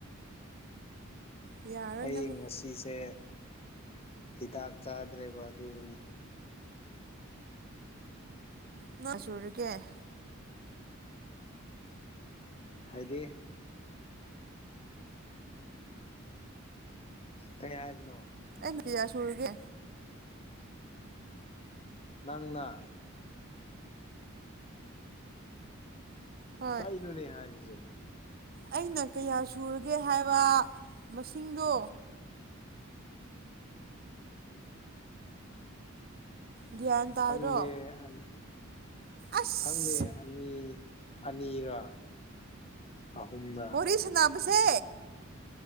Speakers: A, on the right (about 45°); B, on the left (about 30°).
A: ꯌꯥꯔꯣꯏ
B: ꯑꯩ
A: ꯅꯪ
B: ꯉꯁꯤꯁꯦ ꯍꯤꯗꯥꯛ ꯆꯥꯗ꯭ꯔꯦꯕ ꯑꯗꯨꯒꯤꯅꯤ꯫
A: ꯅꯣꯏ ꯁꯨꯔꯒꯦ
B: ꯍꯥꯏꯗꯤ ꯀꯩ ꯍꯥꯏꯕꯅꯣ?
A: ꯑꯩꯅ ꯀꯌꯥ ꯁꯨꯔꯥꯒꯦ꯫
B: ꯅꯪꯅ
A: ꯍꯣꯏ
B: ꯀꯩꯅꯣꯅꯦ ꯍꯥꯏꯔꯤꯁꯦ
A: ꯑꯩꯅ ꯀꯌꯥ ꯁꯨꯔꯒꯦ ꯍꯥꯏꯕ ꯃꯁꯤꯡꯗꯣ꯫ ꯒ꯭ꯌꯥꯟ ꯇꯥꯗ꯭ꯔꯣ
B: ꯐꯪꯗꯦ ꯑꯩ
A: ꯑꯁ
B: ꯈꯪꯗꯦ ꯑꯅꯤ ꯑꯅꯤꯔ ꯑꯍꯨꯝꯔ꯫
A: ꯋꯥꯔꯤ ꯁꯥꯟꯅꯕꯁꯦ